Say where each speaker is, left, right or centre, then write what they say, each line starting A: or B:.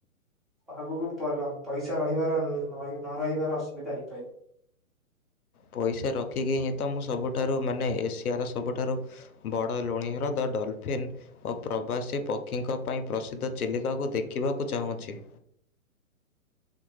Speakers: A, in the centre; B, on the left.
A: ଆଗକୁ ପଲ ପଇସା ରହିବାର ଲ ଲଗେ। ନ ରହିବାର ଅସୁବିଧା ହେଇପାରେ।
B: ପଇସା ରଖିକି ହିଁ ତ ମୁଁ ସବୁଠାରୁ ମାନେ ଏସିଆର ସବୁଠାରୁ ବଡ଼ ଲୁଣିହ୍ରଦ ଡଲଫିନ୍ ଓ ପ୍ରବାସୀ ପକ୍ଷୀଙ୍କ ପାଇଁ ପ୍ରସିଦ୍ଧ ଚିଲିକାକୁ ଦେଖିବାକୁ ଚାହୁଁଚି।